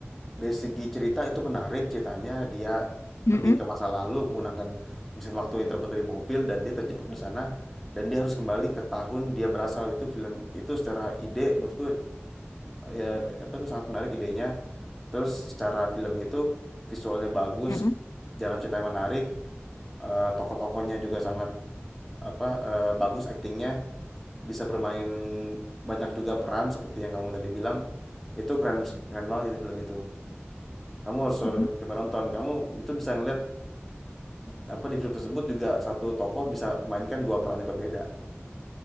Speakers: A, in the centre; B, on the left.
A: Dari segi cerita itu menarik ceritanya, dia
B: Mm-mm.
A: pergi ke masa lalu menggunakan mesin waktu yang terbuat dari mobil dan dia terjebak di sana dan dia harus kembali ke tahun dia berasal itu film itu secara ide menurutku ya apa itu sangat menarik idenya terus secara film itu visualnya bagus
B: Mm-mm.
A: jalan ceritanya menarik eh, tokoh-tokohnya juga sangat apa eh, bagus aktingnya bisa bermain banyak juga peran seperti yang kamu tadi bilang itu keren keren banget itu film itu kamu harus
B: Mm-mm.
A: coba nonton kamu itu bisa ngeliat apa di film tersebut juga satu tokoh bisa mainkan dua peran yang berbeda